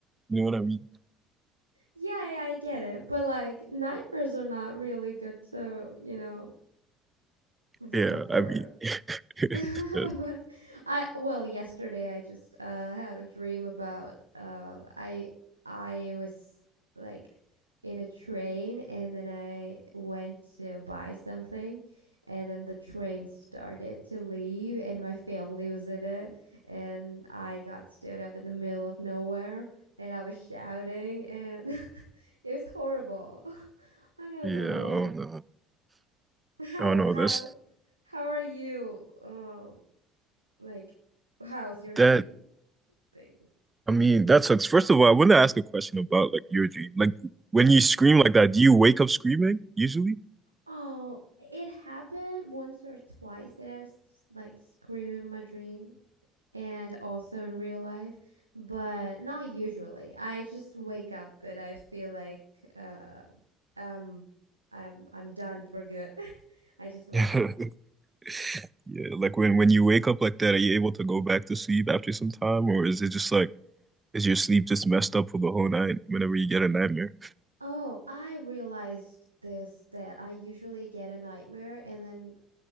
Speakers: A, on the right; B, on the right.
A: You know what I mean?
B: Yeah, yeah, I get it. But like nightmares are not really good to, you know, remember.
A: Yeah, I mean,
B: <laughs>
A: <laughs>
B: But
A: that-
B: I well, yesterday I just uh had a dream about uh I I was like in a train and then I went to buy something and then the train started to leave and my family was in it and I got stood up in the middle of nowhere and I was shouting and <laughs> it was horrible. <laughs> I don't
A: yeah,
B: know.
A: Oh no, oh no.
B: <laughs> How
A: That's
B: how how are you? Um like, how's your dream
A: that.
B: thing?
A: I mean, that sucks. First of all, I want to ask a question about like your dream. Like when
B: Okay.
A: you scream like that, do you wake up screaming usually?
B: Oh, it happened once or twice that I was like screaming my dream and also in real life, but not usually. I just wake up and I feel like uh um I'm I'm done for good. <laughs> I just wake
A: <laughs>
B: up.
A: Yeah, like when when you wake up like that, are you able to go back to sleep after some time, or is it just like is your sleep just messed up for the whole night whenever you get a nightmare?
B: Oh, I realized this that I usually get a nightmare and then